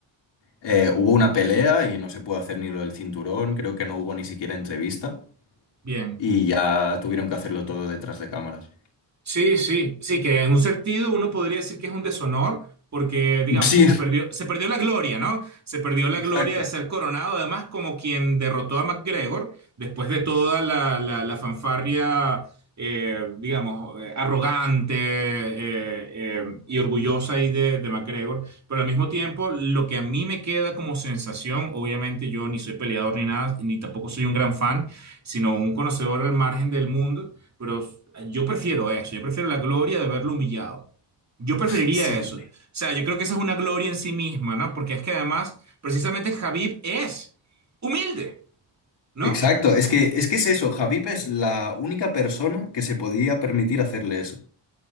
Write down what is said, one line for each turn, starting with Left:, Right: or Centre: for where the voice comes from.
Left: Eh, hubo una pelea y no se pudo hacer ni lo del cinturón, creo que no hubo ni siquiera entrevista
Right: bien.
Left: y ya tuvieron que hacerlo todo detrás de cámaras.
Right: Sí, sí, sí, que en un sentido uno podría decir que es un deshonor porque, digamos,
Left: Sí,
Right: se
Left: <laughs>
Right: perdió, se perdió la gloria, ¿no? Se perdió la
Left: exacto.
Right: gloria de ser coronado, además como quien derrotó a McGregor después de toda la, la, la fanfarria, eh, digamos, eh, arrogante eh, eh, y orgullosa ahí de, de McGregor. Pero al mismo tiempo, lo que a mí me queda como sensación, obviamente yo ni soy peleador ni nada, ni tampoco soy un gran fan, sino un conocedor al margen del mundo. Pero yo prefiero eso, yo prefiero la gloria de verlo humillado. Yo preferiría
Left: <laughs> Sí,
Right: eso. O sea, yo creo que esa es una gloria en sí misma, ¿no? Porque es que además, precisamente Javib es humilde, ¿no?
Left: exacto. Es que, es que es eso, Javip es la única persona que se podía permitir hacerle eso.